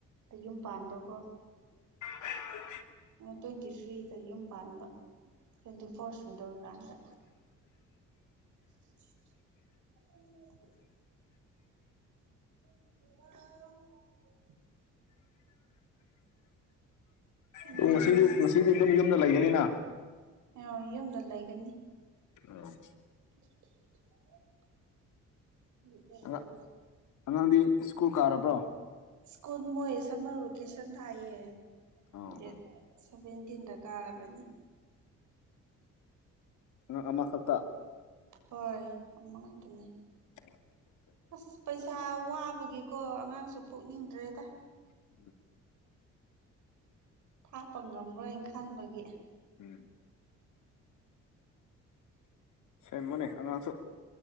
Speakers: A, on the right; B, on the left.
A: ꯑ ꯌꯨꯝ ꯄꯥꯟꯕꯀꯣ
B: <inaudible>
A: ꯇ꯭ꯋꯦꯟꯇꯤ ꯊ꯭ꯔꯤꯗ ꯌꯨꯝ ꯄꯥꯟꯕ ꯇ꯭ꯋꯦꯟꯇꯤ ꯐꯣꯔ ꯁꯨꯗꯧꯔꯀꯥꯟꯗ ꯎ <unintelligible> ꯎꯝ
B: ꯑꯗꯨ ꯉꯁꯤꯗꯤ ꯉꯁꯤꯗꯤ ꯑꯗꯨꯝ ꯌꯨꯝꯗ ꯂꯩꯒꯅꯤꯅ
A: ꯑꯣ ꯌꯨꯝꯗ ꯂꯩꯒꯅꯤ
B: ꯑꯥ
A: <unintelligible>
B: ꯑꯉꯥꯡ ꯑꯉꯥꯡꯗꯤ ꯁ꯭ꯀꯨꯜ ꯀꯥꯔꯕ꯭ꯔꯣ
A: ꯁ꯭ꯀꯨꯜ ꯃꯣꯏ ꯁꯃꯔꯔꯣꯇꯦꯁꯟ ꯊꯥꯏꯌꯦ
B: ꯑꯥ
A: ꯗꯦꯠ
B: ꯑꯥ
A: ꯁꯚꯦꯟꯇꯤꯟꯗ ꯀꯥꯔꯕꯅꯤ
B: ꯑ ꯑꯃ ꯈꯠꯇ
A: ꯍꯣꯏ ꯑꯃ ꯉꯛꯇꯅꯦ
B: ꯎꯝ
A: ꯑꯁ ꯄꯩꯁꯥ ꯋꯥꯕꯒꯤꯀꯣ ꯑꯉꯥꯡꯁꯨ
B: ꯎꯝ
A: ꯄꯣꯛꯅꯤꯡꯗ꯭ꯔꯦꯗ
B: ꯎꯝ
A: ꯊꯥꯛꯄ ꯉꯝꯂ꯭ꯔꯣꯏꯅ ꯈꯟꯕꯒꯤ
B: ꯎꯝ ꯁꯦꯝꯃꯣꯅꯦ ꯑꯉꯥꯡꯁꯨ